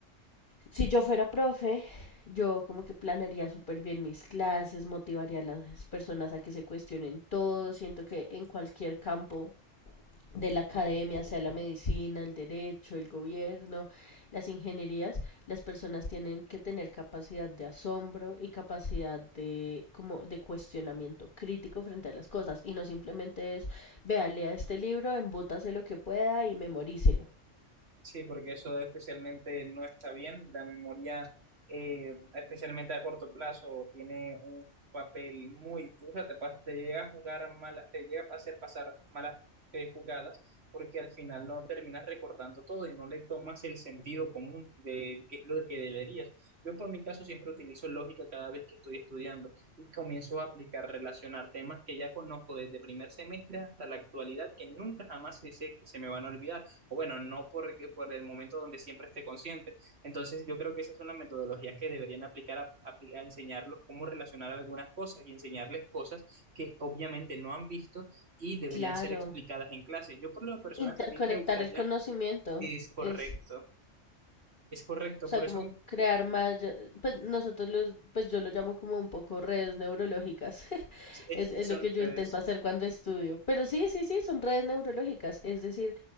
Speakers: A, on the left; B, on the right.
A: si yo fuera profe, yo como que planearía súper bien mis clases, motivaría a las personas a que se cuestionen todo, siento que en cualquier campo de la academia, sea la medicina, el derecho, el gobierno, las ingenierías, las personas tienen que tener capacidad de asombro y capacidad de como de cuestionamiento crítico frente a las cosas y no simplemente es vea, lea este libro, embútase lo que pueda y memorícelo.
B: Sí, porque eso especialmente no está bien. La memoria, eh, especialmente a corto plazo, tiene un papel muy... O sea, te, pa- te llega a jugar mala, te llega a hacer pasar malas eh, jugadas porque al final no terminas recordando todo y no le tomas el sentido común de qué es lo que deberías. Yo por mi caso siempre utilizo lógica cada vez que estoy estudiando y comienzo a aplicar, relacionar temas que ya conozco desde primer semestre hasta la actualidad que nunca jamás sé que se me van a olvidar o bueno, no porque, por el momento donde siempre esté consciente. Entonces, yo creo que esas son las metodologías que deberían aplicar a, apli- a enseñarlos cómo relacionar algunas cosas y enseñarles cosas que obviamente no han visto y deberían
A: Claro,
B: ser explicadas en clase. Yo por lo personal
A: interconectar
B: también me gustaría,
A: el conocimiento
B: es correcto,
A: es
B: es correcto,
A: O sea,
B: por
A: como
B: eso
A: crear más, ya- pues nosotros los, pues yo lo llamo como un poco redes neurológicas. <laughs>
B: es
A: Es, es
B: que son
A: lo que yo
B: redes.
A: intento hacer cuando estudio. Pero sí, sí, sí, son redes neurológicas. Es decir,